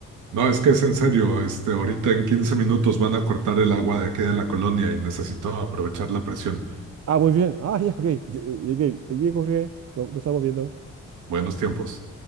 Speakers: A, on the right (about 80°); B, on the right (about 55°).
A: no, es que es en serio, este, ahorita en 15 minutos van a cortar el agua de aquí de la colonia y necesito aprovechar la presión.
B: Ah, muy bien. Ah, ya, ok. <laughs> Llegué. Bien, Jorge. No, no estamos viendo.
A: Buenos tiempos.